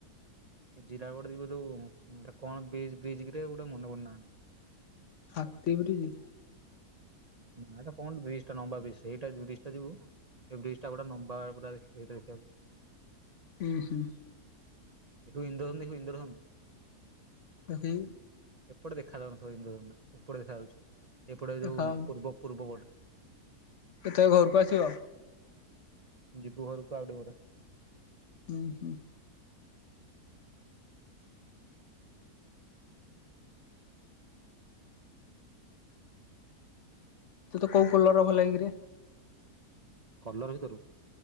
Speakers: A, on the right; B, on the left.
A: ଏ ଜିରା ଗଡ ଯିବେ ଯୋଉେ କଣ ବ୍ରିଜରେ କିରେ ଗୋଟେ ମନେ ପଡୁନି ନାଁ ଟି।
B: ହାତୀ <unintelligible>
A: ନା ଏଟା କଣ ବ୍ରିଜ ଟା ଲମ୍ବା ବ୍ରିଜ ସେଇଟା ବ୍ରିଜ ଟା ଯିବୁ ଏ ବ୍ରିଜ ଟା ପୁରା ନମ୍ବର ପୁରା ସେଇଟା ଦେଖିବାକୁ।
B: ହୁଁ ହୁଁ।
A: ତୁ ଇନ୍ଦ୍ରଧନୁ ଦେଖୁ ଇନ୍ଦ୍ରଧନୁ।
B: <unintelligible>
A: ଏପଟେ ଦେଖା ଯାଉନଥିବ ହିନ୍ଦୁ ଏପଟେ ଦେଖା ଯାଉଛି ଏପଟେ ଯୋଉ
B: ଦେଖାହଉନି
A: ପୂର୍ବ ପୂର୍ବ କୋଟ।
B: କେତେବେଳେ ଘରକୁ ଆସିବ?
A: ଯିବୁ ଘରକୁ ଆଉ ଟିକେ ପରେ।
B: ହୁଁ ହୁଁ। ତତେ କୋଉ କଲର ଭଲ ଲାଗେ କିରେ?
A: କଲର ଭିତରୁ